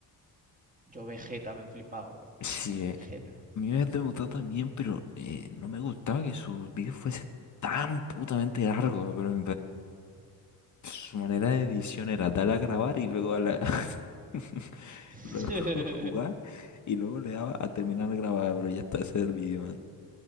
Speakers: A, on the right; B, on the left.
A: Yo Vegeta me flipaba, bro.
B: Sí, eh,
A: Jeta.
B: a mí me gustado también, pero eh, no me gustaba que sus videos fuesen tan putamente largos, bro. Su manera de edición era darle a grabar y luego darle a- <laughs>
A: <laughs>
B: luego <laughs> jugar y luego le daba a terminar de grabar, pero ya está, ese era el video, man.